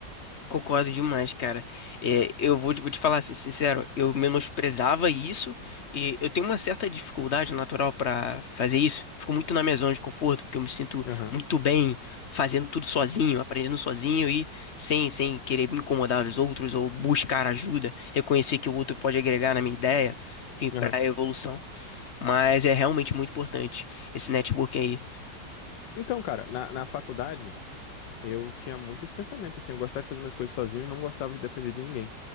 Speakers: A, on the left (about 50°); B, on the left (about 80°).
A: Concordo demais, cara. É, eu vou, te vou te falar assim, sincero, eu menosprezava isso e eu tenho uma certa dificuldade natural pra fazer isso. Fico muito na minha zona de conforto, porque eu me sinto
B: Aham,
A: muito bem fazendo tudo sozinho, aprendendo sozinho e sem, sem querer me incomodar os outros ou buscar ajuda, reconhecer que o outro pode agregar na minha ideia, enfim, pra
B: aham.
A: evolução. Mas é realmente muito importante esse networking aí.
B: Então, cara, na, na faculdade. Eu tinha muito esse pensamento, assim, eu gostava de fazer minhas coisas sozinho e não gostava de depender de ninguém.